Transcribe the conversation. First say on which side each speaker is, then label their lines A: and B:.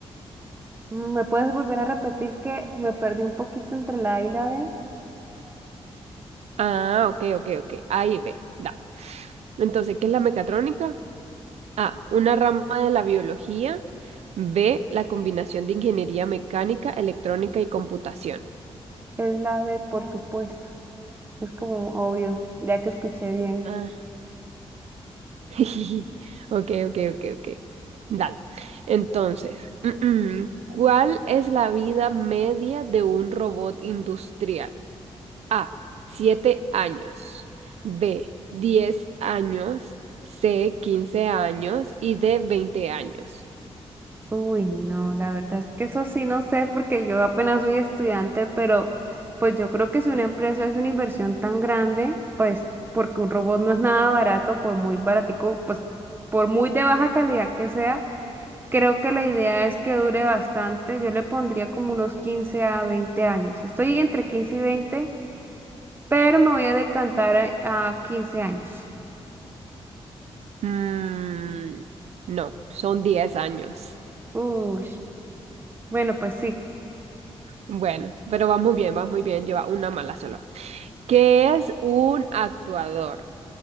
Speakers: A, on the right; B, on the right.
A: Mm, ¿Me puedes volver a repetir que me perdí un poquito entre la A y la B?
B: Ah, ok, ok, ok. A y B, da. Entonces, ¿qué es la mecatrónica? A, una rama de la biología. B, la combinación de ingeniería mecánica, electrónica y computación.
A: Es la B, por supuesto. Es como obvio, ya que escuché bien.
B: Ah, <laughs> Ok, ok, ok, ok. Dale. Entonces, <clears throat> ¿cuál es la vida media de un robot industrial? A, 7 años. B, 10 años. C, 15 años. Y D, 20 años.
A: Uy, no, la verdad es que eso sí no sé porque yo apenas soy estudiante, pero pues yo creo que si una empresa es una inversión tan grande, pues porque un robot no es nada barato, por muy baratico, pues por muy de baja calidad que sea Creo que la idea es que dure bastante. Yo le pondría como unos 15 a 20 años. Estoy entre quince y veinte pero me voy a decantar a a 15 años.
B: Mm, no, son 10 años.
A: Uy, bueno, pues sí.
B: Bueno, pero vas muy bien, vas muy bien, lleva una mala solo. ¿Qué es un actuador?